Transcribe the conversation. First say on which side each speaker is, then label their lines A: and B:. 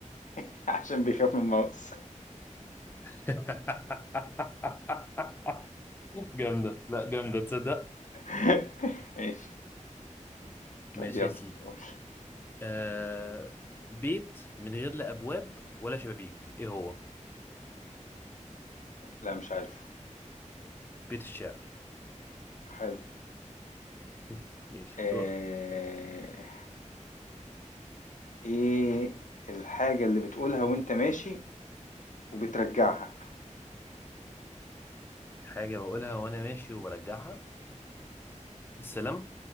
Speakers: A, on the left (about 75°); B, on the left (about 15°).
A: <laughs> عشان بيخاف من الماوس
B: <laughs> جامدة لا جامدة تصدق
A: <laughs> ماشي طب
B: ماشي
A: يلا
B: يا سيدي
A: قول
B: آه... بيت من غير لا أبواب ولا شبابيك ايه هو
A: لا مش عارف
B: بيت الشعر
A: حلو
B: <laughs> ماشي
A: آه،
B: دورك
A: ايه الحاجة اللي بتقولها وانت ماشي وبترجعها
B: حاجة بقولها وأنا ماشي وبرجعها السلام